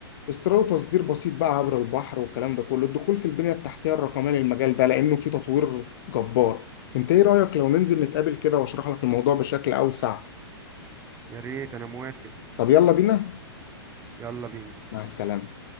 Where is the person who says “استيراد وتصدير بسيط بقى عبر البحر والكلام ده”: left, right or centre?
Left